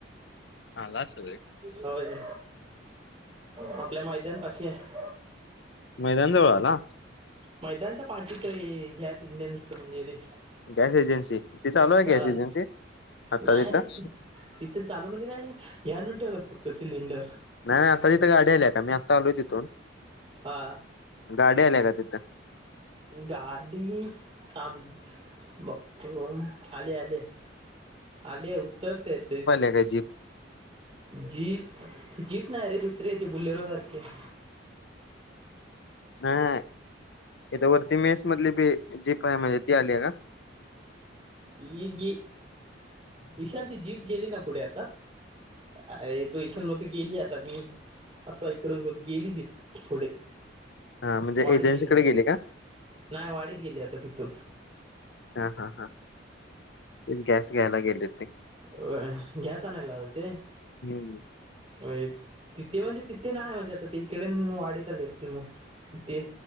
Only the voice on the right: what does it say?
होय आपल्या मैदानपाशी हाय.
मैदानच्या पाठीत आहे गॅस इंडेन्स म्हणजे ते
हा
नाही
रे तिथे चालू म्हणजे काय हे आणून ठेवलात फक्त सिलेंडर.
हा.
गाडी त. बघ तो आले आले आले उत्तर ते ते तेस
जीप जीप नाही रे दुसरीे हाय ती बुलेरोसारखी हाय.
ही गे इशांत जीप गेली ना पुढे आता अर तो इईशान मध्ये गेली आता मी असा इकडून गेली जी पुढे
वाडीत
गेली.
नाही वाडीत गेली आता तिथून.
होय गॅस आणायला ओ ते.
होय तिथे म्हणजे तिथे नाही म्हणजे आता ते इकडे वाडीत आले असतील, मग ते